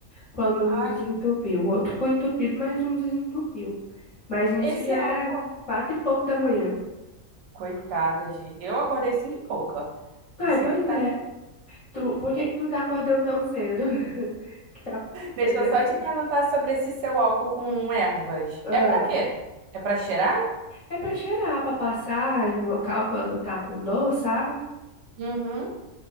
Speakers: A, on the left; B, on the right.
A: Quando
B: Ah,
A: um desentupiu, o outro ficou entupido, mas um desentupiu. Mas nisso
B: Esse
A: já
B: álcool.
A: era quatro e pouco da manhã.
B: Coitada, gente. Eu acordei cinco e pouca. Não
A: Ai,
B: sei
A: pois
B: o que tá.
A: é. Tu, por que
B: É,
A: que tu tá acordando tão cedo? <laughs> Que tá
B: Deixa
A: perdendo
B: eu só
A: sono.
B: te perguntar sobre esse seu álcool com ervas.
A: Ah,
B: É pra quê? É pra cheirar?
A: é pra cheirar, pra passar em um local quando tá com dor, sabe?
B: Uhum.